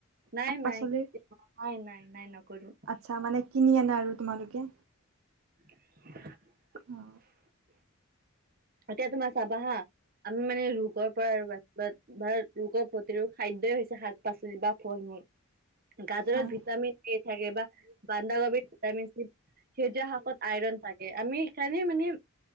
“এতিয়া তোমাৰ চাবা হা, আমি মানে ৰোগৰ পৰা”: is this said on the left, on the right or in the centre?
Right